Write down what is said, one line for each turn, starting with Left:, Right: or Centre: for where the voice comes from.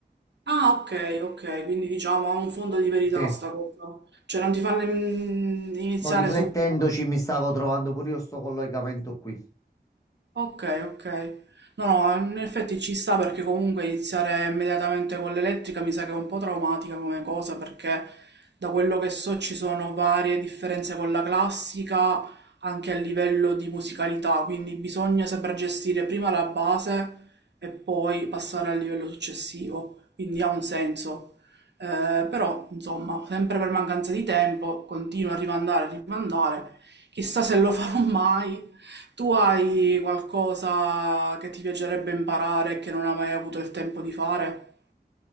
Right: Ah, ok, ok, quindi diciamo ha un fondo di verità
Left: Sì.
Right: sta cosa. Cioè, non ti fa nemm- iniziare
Left: Mo' riflettendoci
Right: subito.
Left: mi stavo trovando pure io sto collegamento qui.
Right: Ok, ok. No, no, in effetti ci sta perché comunque iniziare immediatamente con l'elettrica mi sa che è un po' traumatica come cosa perché da quello che so ci sono varie differenze con la classica anche a livello di musicalità, quindi bisogna saper gestire prima la base e poi passare al livello successivo, quindi ha un senso. Eh, però, insomma, sempre per mancanza di tempo continuo a rimandare, a rimandare. Chissà se lo farò mai tu hai qualcosa che ti piacerebbe imparare e che non hai mai avuto il tempo di fare?